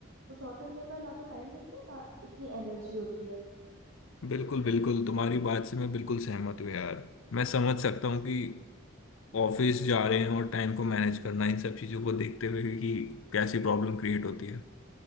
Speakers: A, on the right; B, on the left.
A: कुछ और करने का ना तो टाइम मिलता है ना इतनी एनर्जी होती है
B: बिल्कुल बिल्कुल तुम्हारी बात से मैं बिल्कुल सहमत हूँ यार मैं समझ सकता हूँ कि ऑफिस जा रहे हैं और टाइम को मैनेज करना इन सब चीजों को देखते हुए कि कैसी प्रॉब्लम क्रिएट होती है